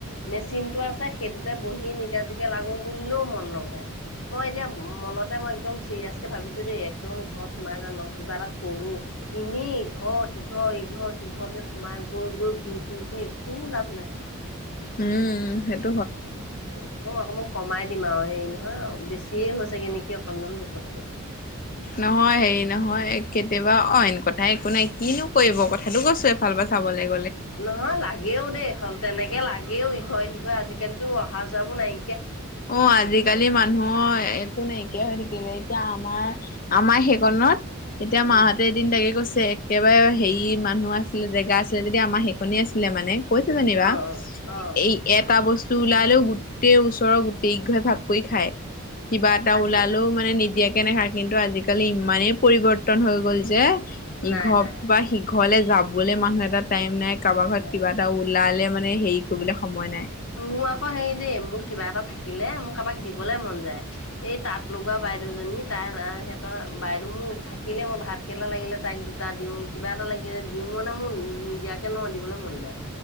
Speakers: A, on the left; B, on the left.
A: মেচিনটো আছে সেইটোতে বহি নিগাজিকে লাগো বুলিলেও মন নবহে। মই এতিয়া মনতে মই একদম চিৰিয়াছকে ভাবিছো দেই একদম ঘৰত সোমাই যাম কিবা এটা কৰো। এনেই ইঘৰ সিঘৰ ইঘৰ সিঘৰকে সোমাই ঘৈ গৈ ঘূৰি ফুৰি একো লাভ নাই।
B: উম হেট
A: <unintelligible> কমাই দিম আৰু হে নহয় বেছিয়ে হৈ চাগে নেকি অকনমান যোখতকে।
B: নহয় হেৰি নহয় কেতিয়াবা অইন কথা একো নাই কিনো কৰিব কথাতটো কৈছো এফাল পৰা চাবলে
A: নহয় লাগেও দেই এখন তেনেকে লাগেও ইঘ সিঘৰ আজিকালি অহা যোৱাবোৰ নাই
B: অ' আজিকালি মানুহৰ একো নাইকিয়া হৈ থাকিলে এতিয়া আমাৰ আমাৰ সেইকনত এতিয়া
A: উম
B: মাহঁতে এদিন তাকে কৈছে একেবাৰে হেৰি মানুহ আছিলে জেগা আছিলে যদি আমাৰ সেইকণ আছিলে মানে। কৈছে জানিবা
A: অ অ অ
B: এই এটা বস্তু ওলাল লেও গোটেই ওচৰৰ গোটেই ইঘ ভাগ কৰি খাই কিবা এটা
A: আজি
B: ওলালেও মানে নিদিয়াক কেনেকা কিন্তু আজিকালি ইমানেই পৰিৱৰ্তন হৈ গ'ল যে
A: নাই
B: ইঘৰ
A: নাই
B: পা সিঘ ঘৰলৈ যাবলৈ মানুহ এটা টাইম নাই কাৰোবাৰ ঘৰত
A: নাই
B: কিবা এটা ওলালে মানে হেৰি কৰিবলৈ সময় নাই।
A: ওম মোৰ আকৌ হেৰি দেই মোৰ কিবা এটা থাকিলে মোক কাৰোবাক দিবলে মন যায়, এই তাঁত লগোৱা বাইদেউজনী ই তাই- তাই সিহতৰ বাইদেউ মোৰ থাকিলে মই ভাতকেৰেলা লাগিলে তাইক দুটা দিওঁ কিবা এটা লাগিলে দি দিওঁ মানে মোৰ নিদিয়াকে ন' দিবলৈ মন যায়।